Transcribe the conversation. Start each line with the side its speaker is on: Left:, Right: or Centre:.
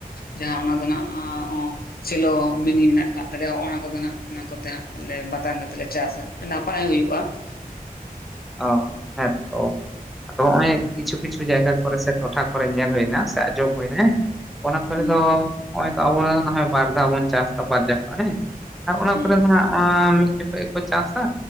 Left: ᱡᱟᱦᱟᱸ ᱚᱱᱟ ᱫᱚ ᱱᱟᱸᱜ ᱟᱸ ᱚᱸ ᱥᱮᱞᱚ ᱢᱤᱱᱤ ᱢᱮᱱᱟᱜ ᱠᱟᱜ ᱛᱟᱞᱮᱭᱟᱜ ᱚᱱᱟ ᱠᱚᱫᱚ ᱦᱟᱸᱜ ᱚᱱᱟ ᱠᱚᱛᱮ ᱦᱟᱸᱜ, ᱟᱞᱮ ᱵᱟᱛᱟᱱ ᱠᱟᱛᱮ ᱞᱮ ᱪᱟᱥᱟ ᱱᱟᱯᱟᱭ ᱦᱩᱭᱩᱼᱟ ᱾
Centre: ᱚ ᱦᱮᱸ ᱛᱚ᱾ ᱟᱫᱚ ᱱᱚᱜ-ᱚᱭ ᱠᱤᱪᱷᱩ ᱼ ᱠᱤᱪᱷᱩ ᱡᱟᱭᱜᱟ ᱠᱚᱨᱮ ᱥᱮ ᱴᱚᱴᱷᱟ ᱠᱚᱨᱮ ᱧᱮᱞ ᱦᱩᱭᱱᱟ ᱥᱮ ᱟᱸᱡᱚᱢ ᱦᱩᱭᱱᱟ ᱦᱮᱸ᱾ ᱚᱱᱟ ᱠᱚᱨᱮ
Left: ᱦᱩᱸ
Centre: ᱫᱚ ᱚᱸᱭ ᱛᱚ ᱟᱵᱚ ᱵᱟᱨ ᱫᱷᱟᱣ ᱵᱚᱱ ᱪᱟᱥᱟ ᱵᱟᱨ ᱡᱟᱯᱟᱜ ᱦᱮᱸ ᱾ ᱟᱨ ᱚᱱᱟ
Left: ᱦᱩᱸ
Centre: ᱠᱚᱨᱮ ᱫᱚ ᱦᱟᱸᱜ ᱢᱤᱫ ᱡᱚᱠᱷᱚᱡ ᱜᱮᱠᱚ ᱪᱟᱥᱟ